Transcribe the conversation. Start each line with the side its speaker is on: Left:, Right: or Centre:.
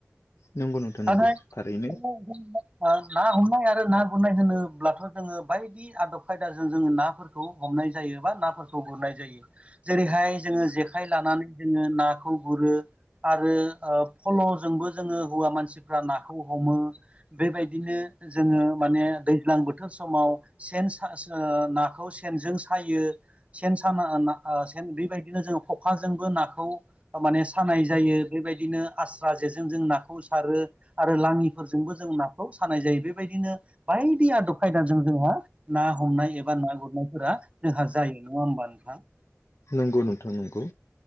Left: नंगौ नोंथां नंगौ
Right: आहाय
Left: थारैनो
Right: <inaudible> ना हमनाय आरो ना गुरनाय होनोब्लाथ' जोङो बायदि दि आदब खायदाजों जोङो नाफोरखौ हमनाय जायो बा नाफोरखौ गुरनाय जायोश जेरैहाय जोङो जेखाइ लानानै जोङो नाखौ गुरो। आरो फल'जोंबो जोङो हौवा मानसिफ्रा नाखौ हमो। बेबायदिनो जोङो माने दैज्लां बोथोर समाव सेन सा सा ओ नाखौ सेनजों सायो। सेन साना ना ओ बेबायदिनो जों खखाजोंबो नाखौ माने सानाय जायो बेबायदिनो आस्रा जेजों जों नाखौ सारो। आरो लाङिफोरजोंबो जों नाखौ सानाय जायो बेबायदिनो बायदि आदब खायदाजों जोंहा ना हमनाय एबा ना गुरनायफोरा जोंहा जायो नङा होमबा नोंथा।
Left: नंगौ नोंथां नंगौ।